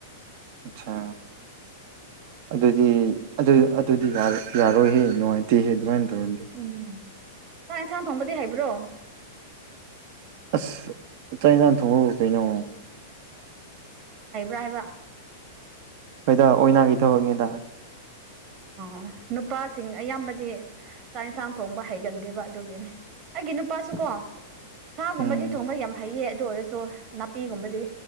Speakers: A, on the right; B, on the right.
A: ꯑꯁꯥ ꯑꯗꯨꯗꯤ ꯑꯗꯨ ꯑꯗꯨꯗꯤ ꯌꯥꯔꯣꯏꯍꯦ ꯅꯨꯡꯉꯥꯏꯇꯦꯍꯦ ꯑꯗꯨꯃꯥꯏꯅ ꯇꯧꯔꯗꯤ
B: ꯎꯝ ꯆꯥꯛ ꯌꯦꯟꯁꯥꯡ ꯊꯣꯡꯕꯗꯤ ꯍꯩꯕ꯭ꯔꯣ
A: ꯑꯁ ꯆꯥꯛ ꯏꯟꯁꯥꯡ ꯊꯣꯡꯕꯕꯨꯗꯤ ꯀꯩꯅꯣ
B: ꯍꯩꯕ꯭ꯔꯥ ꯍꯥꯏꯕ꯭ꯔꯥ
A: ꯍꯣꯏꯗ ꯑꯣꯏꯅꯥꯒꯤ ꯊꯕꯛꯅꯤꯗ <inaudible>
B: ꯑꯣ ꯅꯨꯄꯥꯁꯤꯡ ꯑꯌꯥꯝꯕꯗꯤ ꯆꯥꯛ ꯌꯦꯟꯁꯥꯡ ꯊꯣꯡꯕ ꯍꯩꯒꯟꯗꯦꯕ ꯑꯗꯨꯒꯤꯅꯦ ꯑꯩꯒꯤ ꯅꯨ ꯄꯥꯁꯨ ꯀꯣ ꯁꯥꯒꯨꯝꯕꯗꯤ
A: ꯎꯝ
B: ꯊꯣꯡꯕ ꯌꯥꯝ ꯍꯩꯌꯦ ꯑꯗꯨ ꯑꯣꯏꯔꯁꯨ ꯅꯥꯄꯤꯒꯨꯝꯕꯗꯤ